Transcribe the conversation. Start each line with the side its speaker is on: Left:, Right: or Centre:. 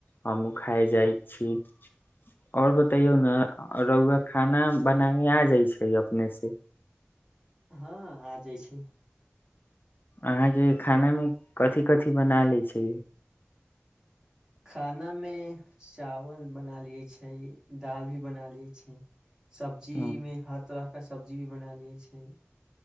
Left: हमहुँ खा जाइ छी आओर बतैयौ ने रहुआ खाना बनाबे आ जाइ छै इनेस
Right: हँ आ जाइ छै
Left: अहाँके खानामे कथि कथि बना लैत छै
Right: खाना मे चावल बना लिये छै दालि भी बना लिये छै सब्जीमे
Left: हँ,
Right: हर तरह के सब्जी भी बनायल लिए छै